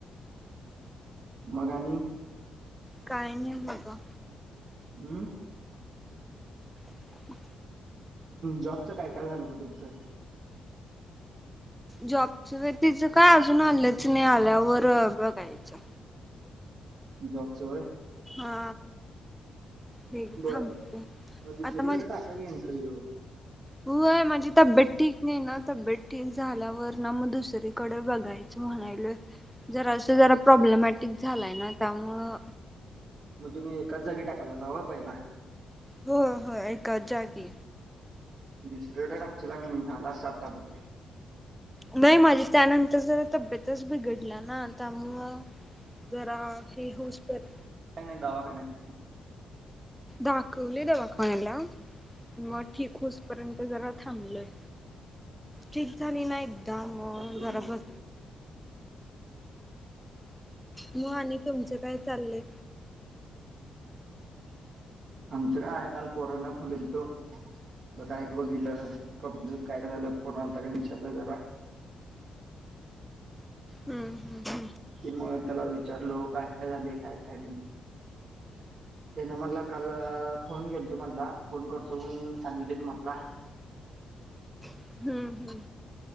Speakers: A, on the right (about 55°); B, in the centre.
A: मग आणि?
B: काही नायी बगा.
A: अं?
B: ह
A: जॉबचं काय काय झालं मग तुमचं?
B: जॉबच व्यतीिचं काय, अजून आलंनच नायी आल्या वर बघायचं.
A: जॉबचं व्हय?
B: आ हा. हे
A: बर,
B: थांबते
A: मग दुसरीकडे
B: आता
A: टाका की एंटरव्ह्यू.
B: व्हय, माजी तब्येत ठीक नाही ना तब्येत ठीक झाल्यावर ना मग दुसरीकडे बघायचं म्हणायलोय, जरासं जरा प्रॉब्लेमॅटिक झालाय ना त्यामुळं
A: तुम्ही एकाच जागी टाकायलालावं पहिला मग
B: होय होय एकाच जागी.
A: दुसरीकडं टाकचेन लान झाला असता आात्ता बग.
B: व्हय, माझी त्यानंतर जरा तब्येतच बिघडला ना त्यामुळं जरा, ठीक होस्तर.
A: कायनाई दावाखान्यात हम्
B: दाखवले दवाखान्याला म ठीक होस पर्यंत जरा थांबलंय. ठीक झाली ना त्ता म
A: बरोबर.
B: जरा ब म आनि तुमचं काय चाललंय?
A: आमचं काय, काल पोरांना फोन दिलतो. त काय पोज दिलं, कपजीत काय झालं? फोन आल्ता की नाई चत जरा.
B: हं हं
A: ते म त्याला विचारलो काय काय झाले काय काय नाही. त्यानं म्हणला काल्ल फोन घेलतो म्हनला, फोन करतो म्हण सांगितले तू म्हटला.
B: हं ह.